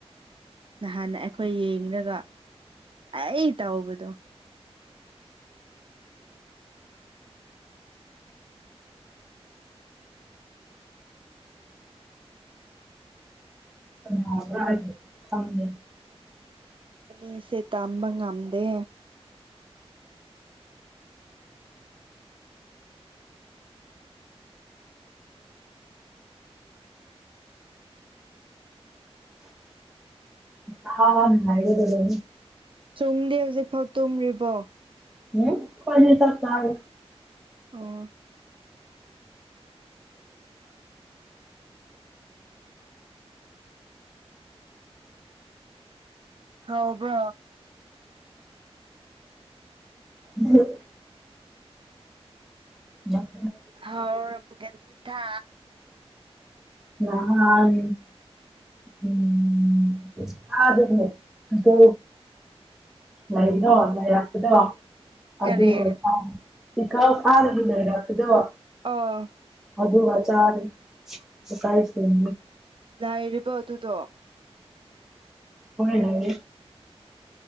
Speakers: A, on the right; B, in the centre.
A: ꯅꯍꯥꯟ ꯑꯩꯈꯣꯏ ꯌꯦꯔꯒ ꯑꯩ ꯇꯥꯎꯕꯗꯣ
B: ꯅꯥꯎꯆꯥ ꯑꯩ ꯈꯪꯗꯦ
A: ꯑꯩꯗꯤꯁꯦ ꯇꯝꯕ ꯉꯝꯗꯦ
B: ꯑꯍꯥ ꯍꯥ ꯅꯥꯏꯌꯣꯗꯣꯗꯨꯝ
A: ꯆꯨꯝꯗꯦ ꯍꯧꯖꯤꯛꯐꯥꯎ ꯇꯨꯝꯔꯤꯕꯣ
B: ꯍꯝ ꯑꯈꯣꯢꯅꯤ ꯆꯥꯛ ꯆꯔꯦ
A: ꯑꯣ ꯍꯥꯎꯕ꯭ꯔꯣ
B: ꯎꯝ ꯌꯥꯝ
A: ꯍꯥꯎꯔꯝꯒꯅꯤꯗ
B: ꯥꯅꯍꯥꯟ ꯎꯝ ꯑ ꯑꯗꯨꯅꯦ ꯍꯦꯇ ꯂꯩꯗꯣ ꯂꯩꯔꯛꯄꯣꯗ ꯑꯗꯨꯒ
A: ꯀꯔꯤ
B: ꯀ ꯏꯀ ꯐꯥꯔꯒ ꯂꯩꯔꯛꯄꯗꯣ
A: ꯑꯣ
B: ꯑꯗꯨ ꯆꯥꯗ꯭ꯔꯤ ꯗꯨꯀꯥꯜ ꯁꯦꯝ
A: ꯂꯥꯏꯔꯤꯕ ꯑꯗꯨꯗꯣ
B: ꯍꯣꯏꯅꯦ